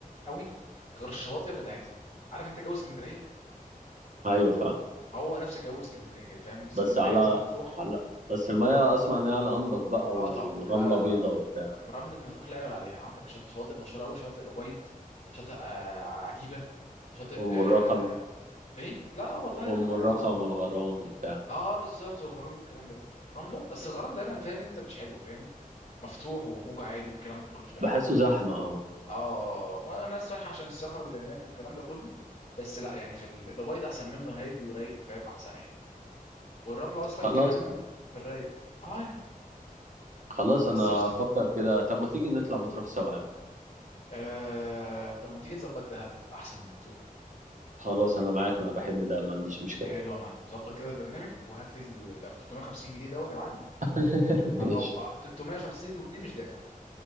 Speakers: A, on the left; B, on the right.
A: قوي غير الشواطئ بتاعتها عارف انت جو اسكندريه
B: ايوه فاهم
A: هو نفس جو اسكندريه كده فاهم اسكندريه
B: بس على
A: وما تروح
B: على بس الميه اسمع ان هي على انضف بقى
A: اه
B: ورمله
A: طبعا لا لا
B: بيضه
A: لا
B: وبتاع
A: رمله ما تروح لا يعلى عليها عندك شط شواطئ مشهوره قوي شاطئ الابيض شاطئ آه عجيبه شاطئ
B: ام
A: آه
B: الرخم
A: ايه لا والله
B: ام
A: رق...
B: الرخم
A: أتعرف-
B: والغرام وبتاع
A: اه بالظبط والغرام والكلام ده كله رمله بس الغرام دايما فاهم انت مش حلو فاهم مفتوح وموج عالي والكلام ده كله مش بحبه
B: بحسه زحمه اه
A: اه وانا الناس رايحه عشان الصخر اللي هناك والكلام ده كله بس لا يعني في ال- الابيض احسن منه هادي ورايق فاهم احسن يعني والرمله اصلا
B: خلاص
A: كمان
B: يعني.
A: في الرايق اه يعني
B: خلاص
A: بس
B: انا
A: قشطه
B: افكر كده طب ما تيجي نطلع مطروح سوا يا عم
A: آه... طب ما تيجي نظبط دهب احسن من مطروح
B: خلاص انا معاك انا بحب ده ما عنديش مشكله
A: حلو يا معلم ظبط كده البرنامج وهات لي ال ال- 350 جنيه دوت يا معلم
B: <laughs>
A: او
B: ماشي
A: أو- 350 جنيه مش دافع